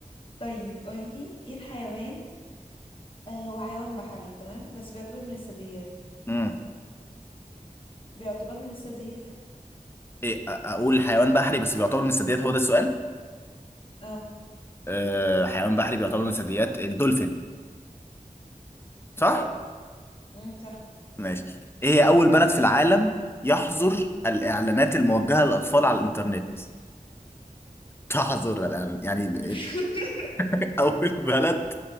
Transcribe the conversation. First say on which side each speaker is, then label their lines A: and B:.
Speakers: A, on the left; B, on the left.
A: طيب قولي ايه الحيوان آه هو حيوان بحري تمام بس بيعتبر من الثدييات
B: ماشي
A: بيعتبر من الثدييات
B: إيه اقول حيوان بحري بس بيعتبر من الثدييات هو ده السؤال
A: اه
B: أه حيوان بحري بيعتبر من الثدييات الدولفين صح
A: طيب امم صح
B: ماشي ايه هي اول بلد في العالم يحظر الاعلانات الموجهه للاطفال على الانترنت <laughs> تحظر الإعلان- يعني ب-
A: <laughs>
B: <laughs> اول بلد